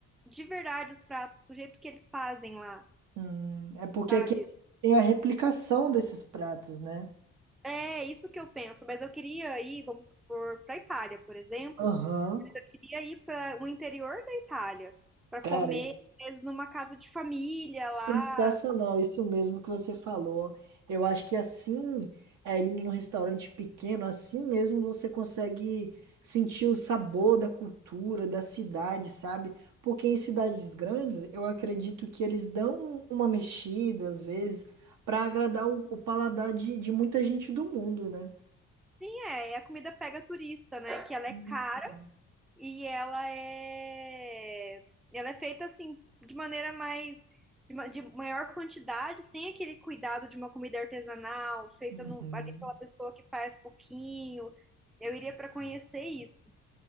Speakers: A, in the centre; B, on the right (about 80°).
A: de verdade os pratos do jeito que eles fazem lá,
B: Hum, é porque
A: sabe?
B: aqui tem a replicação desses pratos, né?
A: É isso que eu penso, mas eu queria ir, vamos supor, para Itália, por exemplo,
B: Aham,
A: eu queria ir para o interior da Itália para
B: Cara,
A: comer às vezes, numa casa de família
B: sensacional,
A: lá,
B: isso mesmo que você falou. Eu acho que assim, é indo num restaurante pequeno, assim mesmo você consegue sentir o sabor da cultura, da cidade, sabe? Porque em cidades grandes, eu acredito que eles dão uma mexida, às vezes, para agradar o, o paladar de, de muita gente do mundo, né?
A: Sim, é. E a comida pega turista, né? Que ela
B: Isso.
A: é cara e ela é. Ela é feita assim, de maneira mais. De, ma- de maior quantidade, sem aquele cuidado de uma comida artesanal, feita
B: Uhum.
A: no, ali pela pessoa que faz pouquinho. Eu iria para conhecer isso.